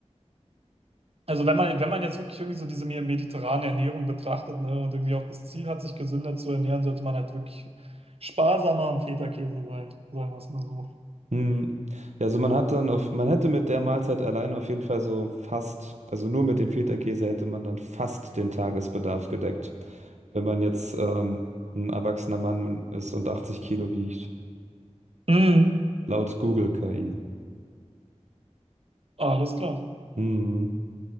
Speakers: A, on the right (about 55°); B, on the right (about 75°).
A: Also wenn man, wenn man jetzt wirklich irgendwie so diese me- mediterrane Ernährung betrachtet, ne, und irgendwie auch das Ziel hat, sich gesünder zu ernähren, sollte man halt wirklich sparsamer am Feta-Käse sein, sagen wir es mal so.
B: hm, ja, also man hat dann auf, man hätte mit der Mahlzeit allein auf jeden Fall so fast, also nur mit dem Feta-Käse hätte man dann fast den Tagesbedarf gedeckt. Wenn man jetzt ähm, ein erwachsener Mann und- ist und 80 Kilo wiegt,
A: Mhm.
B: laut Google KI.
A: Alles klar.
B: Hm.